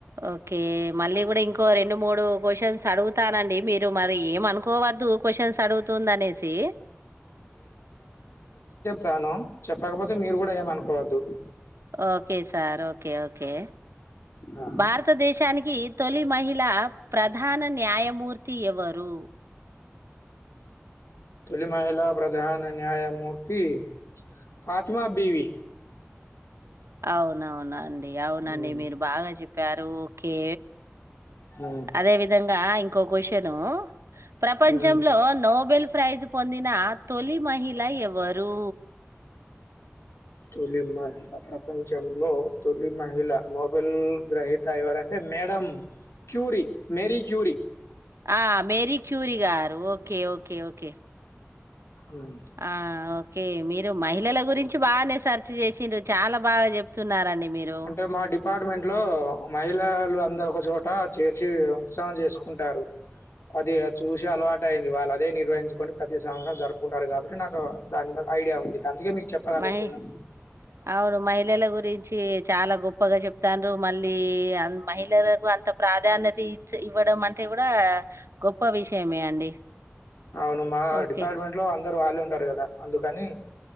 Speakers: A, on the right; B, on the left.
A: ఓకే మళ్ళీ కూడా ఇంకో రెండు మూడు క్వశ్చన్స్ అడుగుత తానండి మీరు మరి ఏమ అనుకోవద్దు క్యూషన్స్ అడుగుతుంది అనేసి
B: తాను చెప్పకపోతే మీరు గుడా ఏమి అనుకోవద్దు
A: okay sir okay okay okay
B: ఆ,
A: భారతదేశానికి తొలి మహిళ ప్రధాన న్యాయమూర్తి ఎవరు
B: తొలి మహిళ ప్రధాన న్యాయమూర్తి ఫాతిమా బీవి
A: అవునవును ఈ అవునండి
B: ఉమ్,
A: మీరు బాగా చెప్ ప్యారు ఒకే
B: ఉమ్,
A: అదే విధంగా ఇంకో క్వశ్చను ప్రపంచంలో
B: ఉమ్.
A: నోబెల్ ప్రైజ్ పొందిన తొలి మహిళ ఎవరు?
B: తొలి మహిళ ప్రప్ ప్రపంచంలో తొలి మహిళ నోబెల్ గ్రహీత ఎవరంటే మేడం క్యూరి మేరీ క్యూరి
A: ఆ మేరీ క్యూరి గారు ఓకే ఓకే ఓకే
B: ఉమ్.
A: ఆ ఓక్ కే మీరు మహిళల గురించి బానే సర్చ్ చేసిండ్రు చాలా బాగా చెప్తున్నారండి మీరు
B: అంటే మా డిపార్ట్మెంట్ లో మహిళ పిల్లలు అందరు ఒక చోట చేర్చి ఉత్సాహం చేసుకుంటారు. అది చూసి అలవాట అయింది వాళ్ళు అదే నిర్వహించుకుని ప్రతి సంవత్సరం జరుపుకుంటారు కాబట్టి నాకు దాని మీద ఐడియా ఉంది. అందుకే మీకు చెప్పగలుగుతున్నా
A: మహి అవును మహిళల గురించి చాలా గొప్పగా చెప్ తండ్రు మళ్ళీ అ మహిళలకు అంత ప్రాధాన్యత ఇచ్ ఇవ్వడం అంటె టె కూడా గొప్ప విషయమే అండి
B: అవును మా
A: ఓకే
B: డిపార్ట్మెంట్ లో అందరు వాళ్ళే ఉంటారు కదా అందుకని